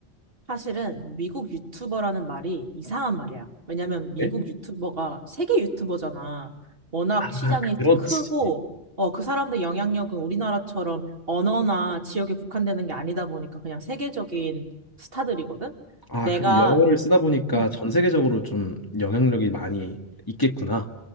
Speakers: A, on the right; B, on the left.
A: 사실은 미국 유튜버라는 말이 이상한 말이야. 왜냐면 미국
B: 네?
A: 유튜버가 세계 유튜버잖아. 워낙
B: 아,
A: 시장이
B: 그렇지.
A: 크고 어 그 사람들 영향력은 우리나라처럼 언어나 지역에 국한되는 게 아니다 보니까 그냥 세계적인 스타들이거든.
B: 아,
A: 내가
B: 그럼 영어를 쓰다 보니까
A: 음,
B: 전 세계적으로 좀 영향력이 많이 있겠구나.